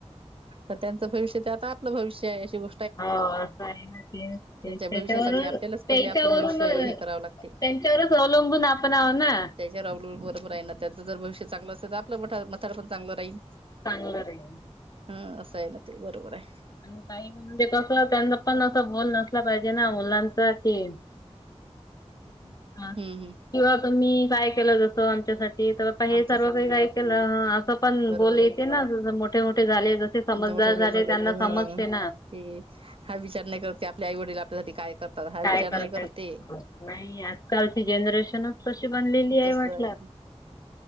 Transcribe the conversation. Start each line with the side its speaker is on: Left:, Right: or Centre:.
Right: आता त्यांचं भविष्य ते आता आपलं भविष्य आहे अशी गो
Left: हो असं हाय ना ते ते
Right: त्यांच्या
Left: त्याच्यावरून
Right: भविष्यासाठी आपल्यालाच
Left: त्याच्यावरून
Right: पहिले आपलं भविष्य हे करावं लागते
Left: त्यांच्यावरच अवलंबून आपण आहोत ना.
Right: त्याच्यावर अवलंबून बरोबर आहे ना त्याचं जर भविष्य चांगलं असल तर आपलं मठा- म्हातारपण चांगलं राहील.
Left: चांगलं राहील.
Right: हा असं आहे ना ते बरोबर आहे.
Left: आणि काही म्हणजे कसं त्यांना पण असं बोल नसला पाहिजे ना मुलांच की <inaudible>
Right: हम् हम्.
Left: किंवा तुम्ही काय केलं जसं आमच्यासाठी तर आता हे
Right: आमच्यासाठी
Left: सर्व काही काय केलं असं पण
Right: बरोबर
Left: बोले ना अजून जसे मोठे मोठे झाले जसे
Right: आहे
Left: समजदार
Right: मोठे मोठे
Left: झाले त्यांना
Right: तर
Left: समजतेना.
Right: ह ते हा विचार नाय करत आपले आई वडील आपल्यासाठी काय करतात हा
Left: काय
Right: विचार
Left: करताय
Right: नाय करत ते.
Left: नाही आजकालची जनरेशनच तशी बनलेली आय
Right: तस
Left: म्हटलं.
Right: आहे हम्म